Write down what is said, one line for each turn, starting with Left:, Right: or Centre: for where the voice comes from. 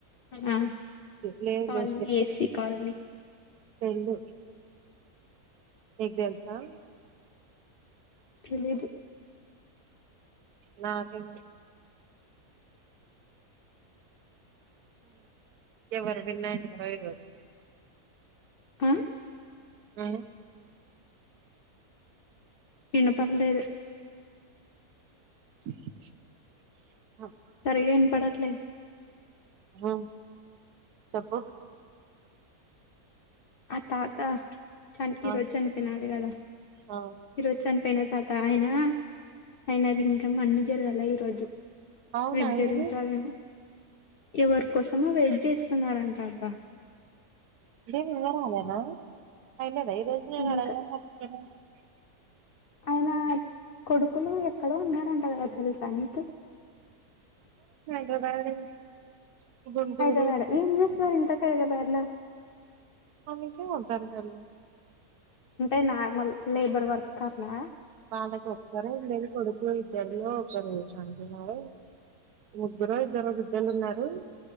Left: మన
Right: లే <inaudible>
Left: కాలనీ ఎస్సీ కాలనీ
Right: ఫ్రెండ్ మీకు తెల్సా
Left: తెలీదు
Right: <inaudible> నాక <inaudible> ఎవరూ విన్ అయినారా ఈ రోజు
Left: ఆ
Right: ఆ <inaudible>
Left: వినపడలేదు
Right: సచ్చా <inaudible>
Left: సరిగా వినపడట్లేదు
Right: బుక్స్ చెప్పు
Left: ఆ తాత చని
Right: ఆ
Left: ఈరోజు చనిపినడు కదా
Right: ఆ
Left: ఈ రోజు చనిపోయిన తాత ఆయన ఆయన ది ఇంకా మన్ను జరగాల ఈ రోజు
Right: అవునా
Left: రేపు జరుగుతందెమో
Right: ఏమి
Left: ఎవరి కోసమో వెట్ చేస్తున్నారంటారు
Right: ఇదే నింగరాలనా అయినద తెలుసులే
Left: ఇంకా
Right: మేడం <unintelligible>
Left: ఆయన కొడుకులు ఎక్కడో ఉన్నారం చాల చలు తెలుసా ఆయనకి
Right: <unintelligible> గుంటూరు
Left: హైదరాబాదె ఏం చేస్తున్నారు ఇంతకి హైదరాబాద్లో
Right: పనికె పోతారు గా వాళ్లు
Left: అంటే నార్మల్ లేబర్ వర్క అట్లా
Right: వాళ్ళకి ఒక్కరే ఉ లేదు కొడుకు ఇద్దరులో ఒకరు అంటుచారు ముగ్గుర ఇద్దరు బిడ్డలు ఉన్నారు